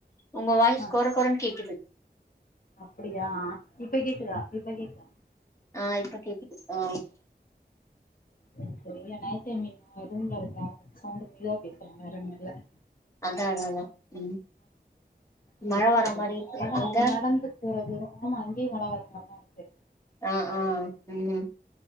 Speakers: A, on the left; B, on the left.
A: உங்க வாய்ஸ்
B: ஆ
A: குற குறன்னு கேக்குது
B: அப்டியா இப்ப கேக்குதா இப்ப கேக்குதா
A: ஆ இப்ப கேக்குது ஆ
B: செரி செரிங்க நைட் டைம் <unintelligible> ரூம்ல இருக்கே கொஞ்சோ சவுண்ட் மெதுவா பேசுற வேற ஒன்னுயில்ல
A: அதா அதா அதா ம்
B: சரி
A: மழ வரா
B: சரி
A: மாரி இருக்கு
B: அதா
A: அங்க
B: இப்ப நடந்து போற தூரோ ஆமா இங்கயு மழ வர மாரிதா இருக்கு
A: ஆ ஆ ம்